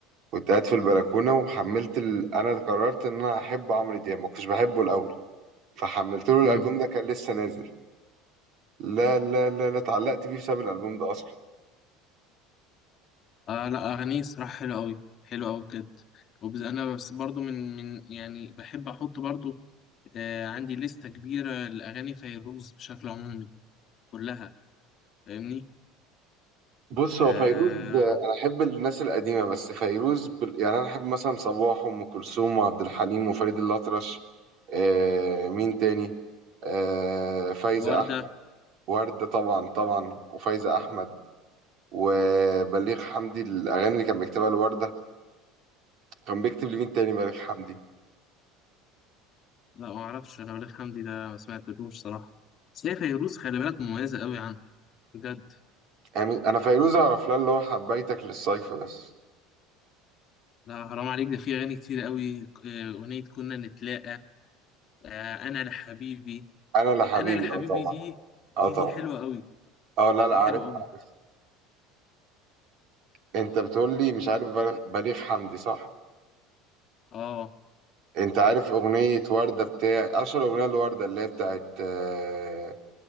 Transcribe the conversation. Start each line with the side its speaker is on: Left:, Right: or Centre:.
Right: كنت قاعد في البلكونه وحملت ال... انا قررت ان انا احب عمرو دياب ما كنتش بحبه الاول فحملت له الالبوم
Left: مم.
Right: ده كان لسه نازل لا لا لا لا اتعلقت بيه بسبب الالبوم ده اصلا
Left: اه لا اغانيه صراحه حلوه قوي حلوه قوي بجد وبز... انا بس برضو من من يعني بحب احط برضو آه عندي لستة كبيره لاغاني فيروز بشكل عمومي كلها فاهمني
Right: بص هو
Left: آه
Right: فيروز آه، انا احب الناس القديمه بس فيروز بال... يعني انا احب مثلا صباح وام كلثوم وعبد الحليم وفريد الاطرش آه مين تاني آه فايزه
Left: وردة
Right: احمد ورده طبعا طبعا وفايزه احمد وبليغ حمدي الاغاني اللي كان بيكتبها لورده كان بيكتب لمين تاني بليغ حمدي
Left: لا ما اعرفش انا وليد حمدي ده ما سمعتلوش صراحه بس هي فيروز خلي بالك مميزه قوي عنه بجد
Right: يعني انا فيروز اعرف لها اللي هو حبيتك للصيف بس
Left: لا حرام عليك ده في اغاني كتير قوي آه، اغنيه كنا نتلاقى آه، انا لحبيبي
Right: انا لا حبيبي
Left: انا لحبيبي
Right: اه طبعا
Left: دي دي
Right: اه طبعا
Left: دي حلوه قوي
Right: اه لا لا
Left: دي
Right: عارف
Left: حلوه قوي
Right: عارف انت بتقول لي مش عارف بليغ بليغ حمدي صح
Left: اه
Right: انت عارف اغنية وردة بتاع اشهر اغنية لوردة اللي هي بتاعت آه...